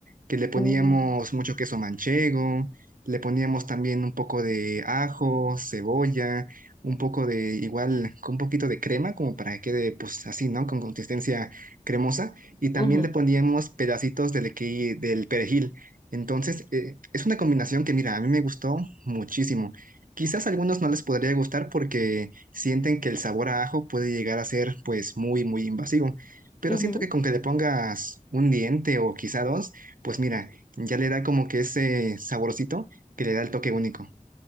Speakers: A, on the right; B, on the left.
A: que le poníamos
B: Uh,
A: mucho queso manchego, le poníamos también un poco de ajo, cebolla, un poco de igual, con un poquito de crema, como para que quede pues así, ¿no? Con consistencia cremosa y también
B: Ujú,
A: le poníamos pedacitos del, equi- del perejil. Entonces, eh, es una combinación que, mira, a mí me gustó muchísimo. Quizás a algunos no les podría gustar porque sienten que el sabor a ajo puede llegar a ser, pues, muy, muy invasivo. Pero
B: ujú.
A: siento que con que le pongas un diente o quizá dos, pues mira, ya le da como que ese saborcito que le da el toque único.